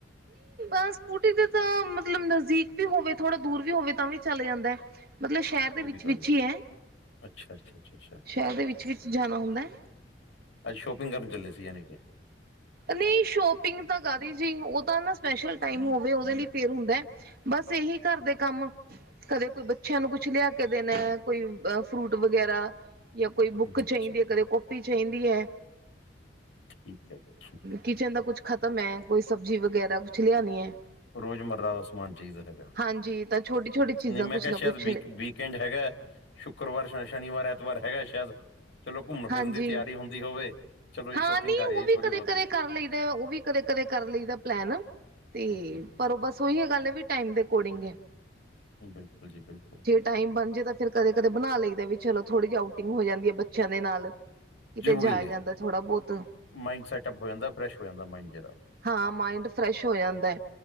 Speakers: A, on the right; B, on the left.
A: ਅ ਸਕੂਟੀ ਤੇ ਤਾਂ ਮਤਲਬ ਨਜ਼ਦੀਕ ਵੀ ਹੋਵੇ, ਥੋੜਾ ਦੂਰ ਵੀ ਹੋਵੇ, ਤਾਂ ਵੀ ਚੱਲ ਜਾਂਦੈ। ਮਤਲਬ ਸ਼ੈਹਰ ਦੇ
B: ਇਹ ਵੀ
A: ਵਿੱਚ
B: ਗੱਲ
A: -ਵਿਚ ਈ ਐ,
B: ਅੱਛਾ ਅੱਛਾ ਅੱਛਾ ਅੱਛਾ
A: ਸ਼ ਸ਼ੈਹਰ ਦੇ ਵਿੱਚ -ਵਿਚ ਜਾਨੈ ਹੁੰਦੈ।
B: ਅਜ ਸ਼ੋਪਿੰਗ ਕਰਨ ਚੱਲੇ ਸੀ ਯਾਨੀ ਕਿ।
A: ਨੀਂ, ਸ਼ੋਪਿੰਗ ਤਾਂ ਕਾਅਦੀ ਜੀ, ਓ ਤਾ ਨਾ ਸਪੈਸ਼ਲ ਟਾਈਮ ਹੋਵੇ ਉਦੇ ਲੀ ਫੇਰ ਹੁੰਦੈ। ਬਸ ਏਹੀ, ਘਰਦੇ ਕੰਮ। ਕਦੇ ਕੋਈ ਬੱਚਿਆਂ ਨੂੰ ਕੁਛ ਲਿਆ ਕੇ ਦੇਨੈ, ਕੋਈ ਵ ਫਰੂਟ ਵਗੈਰਾ। ਯਾ ਕੋਈ ਬੁੱਕ ਚਾਈਂਦੀ
B: ਅੱਛਾ ਜੀ
A: ਐ, ਕਦੇ ਕੋਪੀ ਚਾਈਂਦੀ ਐ।
B: ਠੀਕ ਐ, ਠੀਕ ਐ,
A: ਕਿਚਨ
B: ਠੀਕ।
A: ਦਾ ਕੁਛ ਖ਼ਤਮ ਐ, ਕੋਈ ਸਬਜ਼ੀ ਵਗੈਰਾ ਕੁੱਛ ਲਿਆਨੀ ਐ।
B: ਰੋਜ਼ਮਰਰਾ ਦਾ ਸਮਾਨ ਚਾਈਦਾ ਹੈਗੈ,
A: ਹਾਂਜੀ ਤਾਂ ਛੋਟੀ ਛੋਟੀ ਚੀਜ਼ਾਂ
B: ਨਈ ਮੈਂ
A: ਕੁਛ
B: ਕੈਆ,
A: ਨਾ
B: ਸ਼ੈਦ
A: ਕੁਛ
B: ਵੀਕ -ਵੀਕ। ਕੈਂਡ ਹੈਗੈ, ਸ਼ੁੱਕਰਵਾਰ, ਸ਼- ਸ਼ਨੀਵਾਰ, ਐਤਵਾਰ ਹੈਗੈ ਸ਼ੈਦ। ਚਲੋ ਘੁੰਮਨ-ਫਿਰਨ
A: ਹਾਂਜੀ
B: ਦੀ ਤਿਆਰੀ ਹੁੰਦੀ ਹੋਵੇ, ਚਲੋ
A: ਹਾਂ
B: ਸ਼ੋਪਿੰਗ
A: ਨਹੀਂ
B: ਕਰ
A: ਉਹ
B: ਆਈਏ
A: ਵੀ
B: ਥੋੜ੍ਹੀ-
A: ਕਦੇ
B: ਬੋਤੀ।
A: ਕਦੇ ਕਰ ਲਈਦੈ ਓਵੀ ਕਦੇ- ਕਦੇ ਕਰ ਲਈਦੈ ਪਲੈਨ,
B: ਹੂੰ,
A: 'ਤੇ ਪਰ ਬਸ ਓਈਓ ਗੱਲ ਐ ਵੀ ਟਾਈਮ ਦੇ ਅਕੋਡਿੰਗ ਐ।
B: ਬਿਲਕੁਲ ਜੀ, ਬਿਲਕੁਲ।
A: ਟਾਈਮ ਬਨਜੇ ਤਾ ਫਿਰ ਕਦੇ-ਕਦੇ ਬਨਾ ਲਈਦੈ, ਵੀ ਚਲੋ ਥੋੜ੍ਹੀ ਜੀ ਆਊਟਿੰਗ ਹੋ ਜਾਂਦੀ ਐ ਬੱਚਿਆਂ ਦੇ ਨਾਲ। ਕਿਤੇ
B: ਜ਼ਰੂਰੀ
A: ਜਾਇਆ
B: ਐ,
A: ਜਾਂਦਾ ਥੋੜ੍ਹਾ ਬਹੁਤ
B: ਮਾਈਂਡ ਸੈਟਅਪ ਹੋ ਜਾਂਦੈ, ਫਰੈਸ਼ ਹੋ ਜਾਂਦੈ ਮਾਈਂਡ ਜੇੜਾ।
A: ਹਾਂ ਮਾਇੰਡ ਫਰੈਸ਼ ਹੋ ਜਾਂਦੈ,